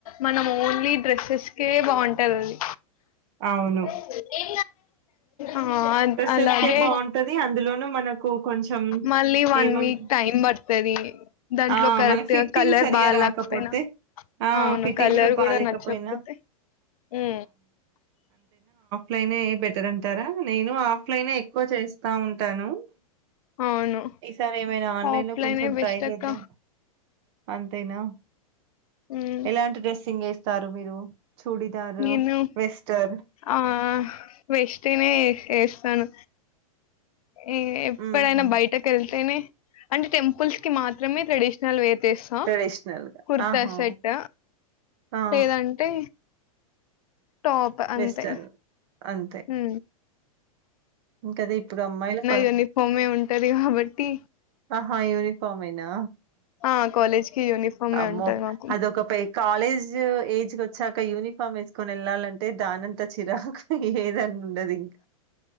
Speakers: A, on the left; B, on the right.
A: మనం ఓన్లీ డ్రెస్సెస్ కే బాగుంటది
B: అవును.
A: అది అ
B: డ్రెస్సెస్‌కే
A: అలాగే
B: బావుంటది. అందులోనూ మనకు కొంచెం
A: మళ్ళీ వన్
B: ఏమంట
A: వీక్ టైమ్ పడుతది దాంట్లో
B: ఆ!
A: కరెక్ట్
B: మనకు ఫిట్టింగ్
A: కలర్
B: సరిగ్గా
A: బాగా
B: రాకపోతే
A: లేకపోయినా
B: ఆ!
A: అవును
B: ఫిట్టింగ్
A: కలర్
B: గూడా బాలేకపోయినా
A: కూడా నచ్చకపోతే హు
B: లైనే బెటర్ అంటారా నేను ఆఫ్లైన్ ఎక్కువ చేస్తా ఉన్ ంటను
A: అవును
B: ఈసారి ఏమైనా ఆన్లైన్
A: ఆఫ్లైనే
B: లో కొంచెం
A: బెస్ట్
B: ట్రై చేద్దాం
A: అక్క
B: అంతేనా
A: ఉమ్,
B: ఎలాంటి డ్రెస్సింగ్ ఏ స్తారు మీరు చూడిదారు,
A: నిను
B: వెస్టర్న్.
A: ఆ వెస్ట్నే ఏ ఏస్తను ఏ ఎప్పుడైనా
B: హుహు.
A: బయటకేళ్తేనే అంటే టెంపుల్స్ కి మాత్రమే ట్రెడిషనల్ వేర్ ఎస్తా
B: ట్రెడిషనల్‌గా.
A: కుర్తా
B: ఆహా!
A: సెట్
B: ఆ!
A: లేదంటే టాప్ అంతే
B: వెస్టర్న్. అంతే
A: హు
B: ఇంకదే ఇప్పుడు అమ్మాయిల ప
A: యూనిఫామే ఉంటది కాబట్టి
B: ఆహా యూనిఫామ్ ఏనా
A: ఆ కాలేజ్ కి యూనిఫామే
B: అమ్మో
A: ఉంటది మాకు
B: అదొక పె కాలేజ్ ఏజ్కొచ్చాక యూనిఫామ్ వేసుకొని వెళ్ళాలం టే దానంత చిరాకు ఏదన్న ఉండది